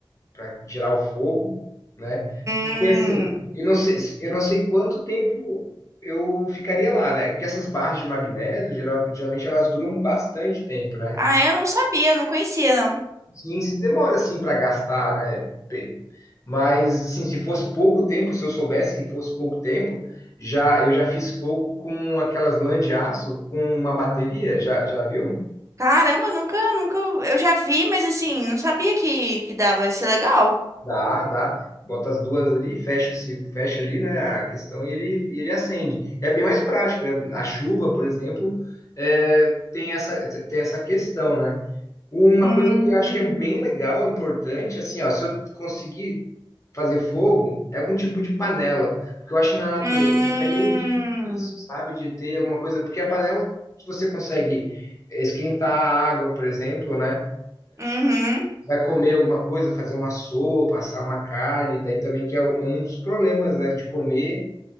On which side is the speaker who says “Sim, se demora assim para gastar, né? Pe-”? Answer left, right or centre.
Left